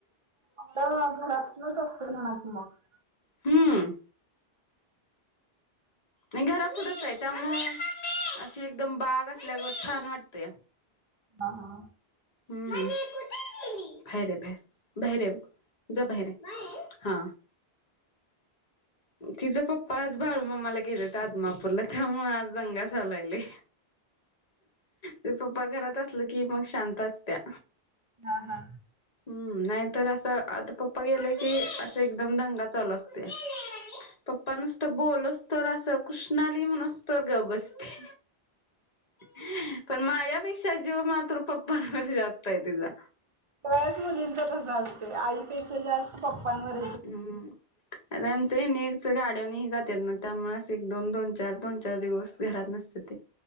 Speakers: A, on the right; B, on the left.
A: हो, घरातनच असतील म्हणा की मग.
B: हम्म. नई घरापुढच आहे, त्यामुळं अशी एकदम बाग असल्यागत छान वाटतया.
A: हा हा.
B: हम्म, बाहेर आहे बाहेर. बाहेर आहे ब, जा बाहेर आहे हा. तिचा पप्पा आज बाळू मामाला गेलेत, आदमापूरला त्यामुळे आज दंगा चालू आहे लई. ते पप्पा घरात असल की मग, शांत असत्या.
A: हा हा.
B: हम्म. नाहीतर असं आता पप्पा गेले की असं एकदम दंगा चालू असतोय. पप्पा नुसत बोलूसतवर असं कृष्णाली म्हणूसतवर गप बसतय. ह पण माझ्यापेक्षा जीव मात्र पप्पांवर जास्तय तिजा.
A: सगळ्याच मुलींचाच असते, आईपेक्षा जास्त पप्पांवर
B: हम्म. अरे आमचं नच गाड्यानी जात ना, त्यामुळे एक दोन दोन चार दोन चार दिवस घरात नसत